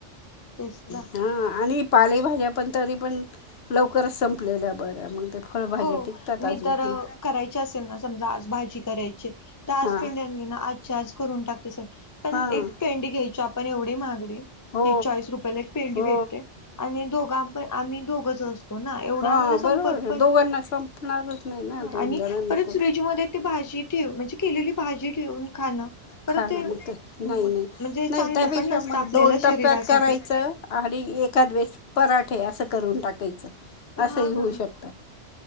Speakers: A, on the left; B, on the left.
A: तेचना.
B: हा आणि पालेभाज्या पण तरी पण, लवकरच संपलेल्या बऱ्या. मग ते फळभाज्या
A: हो.
B: टिकतात अजून
A: मी तर करायचे असेल ना समजा, आज भाजी करायचीय तर आज
B: हां
A: पेंडी आणली ना आजच्या आज करून टाकते सगळ. पण
B: हां
A: एक पेंडी घ्यायची आप पण एवढी माहगडी.
B: हो
A: तीस चाळीस रुपयाला एक पेंडी
B: हो
A: भेटते, आणि दोघा पण आम्ही दोघंच असतो ना, एवढा
B: हां
A: आम्हाला संपत्
B: बरोबर दोघांना संपणारच नाही ना, दोन
A: आणि
B: जणांना
A: परत
B: कुठ
A: फ्रीज मध्ये ते भाजी ठेव म्हणजे केलेली भाजी ठेवून खाणं परत
B: खाना म ते
A: म्हणजे
B: नाही नाही,
A: चांगलं
B: नाही त्यापेक्षा
A: पण नसतं
B: मग
A: आपल्याला
B: दोन
A: शरीरासाठी
B: टप्प्यात कराय च आणि एखद द्वेस पराठे असं करून टाकायचं.
A: हा
B: असही
A: ना
B: होऊ शकतात.